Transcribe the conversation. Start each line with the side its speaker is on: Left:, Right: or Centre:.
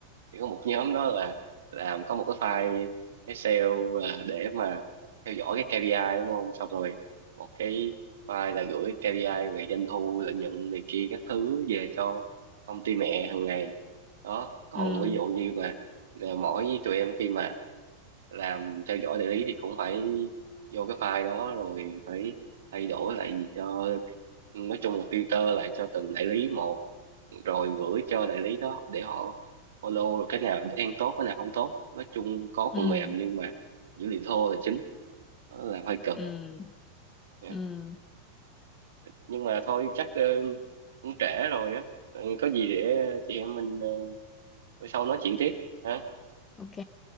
Right: chỉ có một nhóm đó là làm có một cái file Excel là để mà theo dõi cái KPI đúng không xong rồi một cái file là gửi KPI về doanh thu lợi nhuận này kia các thứ về cho công ty mẹ hàng ngày đó còn
Left: ừ
Right: ví dụ như mà mà mỗi tụi em khi mà làm theo dõi đại lý thì cũng phải vô cái file đó rồi phải thay đổi lại gì cho nói chung là filter lại cho từng đại lý một rồi gửi cho đại lý đó để họ Olo cái nào đang tốt cái nào không tốt nói chung có
Left: ừ
Right: phần mềm nhưng mà dữ liệu thô là chính đó là hơi cực
Left: ừ
Right: nha.
Left: ừ
Right: nhưng mà thôi chắc ờ, cũng trễ rồi á Ờ, có gì để chị em mình ờ, bữa sau nói chuyện tiếp ha
Left: ok